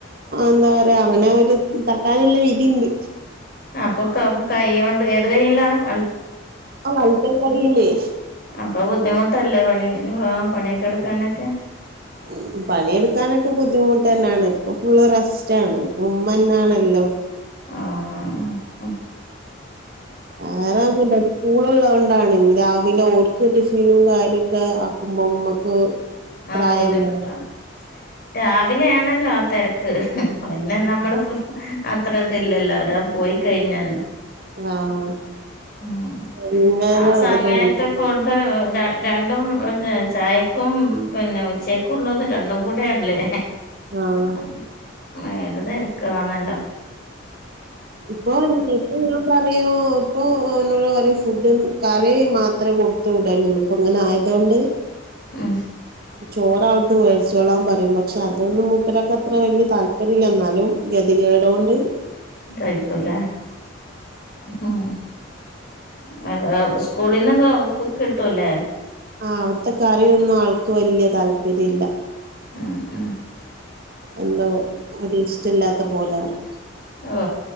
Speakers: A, on the right; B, on the left.
A: എന്താ പറയാ അങ്ങനെ ഒരു തട്ടാനുള്ള വിതീണ്ട്
B: അപ്പൊ ക കൈ കൊണ്ട് ഏത് കൈയ്യില വല
A: ഓഹ് വലത്തെ കയ്യില്
B: അപ്പൊ ബുദ്ധിമുട്ടല്ലേ പണി <unintelligible> പണിയൊക്കെ എടുക്കാനൊക്കെ
A: ഉം പണിയെടുക്കാനൊക്കെ ബുദ്ധിമുട്ട് തന്നാണ് ഇപ്പൊ ഫുള്ള് റെസ്റ്റാണ് ഇപ്പോ ഉമ്മന്നാണ് എല്ലോം
B: ആഹ് മ്ഹ്
A: അങ്ങന <unintelligible> സ്കൂള് ഒള്ളത് കൊണ്ടാണ് ഇങ്ങ് രാവിലെ ഓർക്ക് ടിഫിനും കാര്യ <unintelligible> ആക്കുമ്പോ ഉമ്മക്ക്
B: ആഹ്
A: പ്രായല്ലേ
B: ബുദ്ധിമുട്ടാണ് രാവിലെ ആണല്ലോ തെരക്ക് പിന്നെ നമ്മള് സ്വസ് അത്ര ഇതില്ലല്ലോ അവരാ പോയി കഴിഞ്ഞാല്
A: ആഹ്
B: മ്ഹ്
A: ഭയങ്കര
B: ആ സമയത്ത്
A: ഇതാണ്
B: ഫുഡ് ര രണ്ടും ഒരു ചായക്കും പിന്നെ ഉച്ചക്കുള്ളതും രണ്ടും കൂടെയാണല്ലേ
A: ആഹ്
B: അം മേല് തെരക്ക്ളാണല്ലോ
A: ഇപ്പൊ ഇഞ്ഞിപ്പോ പറയൊ ഇപ്പോ ഓനോട് പറയും ഫുഡ് കറി മാത്രേ കൊടുത്ത് വിടലുള്ളൂ ഇപ്പോ ഇങ്ങനെ ആയതോണ്ട്
B: ഉം
A: ചോറ് അവിടുന്ന് വേടിച്ചോളാൻ പറയും പക്ഷെ അതൊന്നും മുപ്പരാക്ക് അത്ര വല്യ താല്പര്യല്ല എന്നാലും ഗതികേട് കൊണ്ട്
B: കഴിക്കൂല്ലേ ഹ് മ് <unintelligible> സ് സ്കൂളിന്ന് ക പ് കിട്ടൂല്ലേ
A: ആഹ് അവിടത്തെ കറിയൊന്നും ആൾക്ക് വല്യ താല്പര്യല്ല
B: ഉം ഉം
A: എന്തോ അത് ഇഷ്ടല്ലാത്ത പോലാണ്
B: ഓഹ്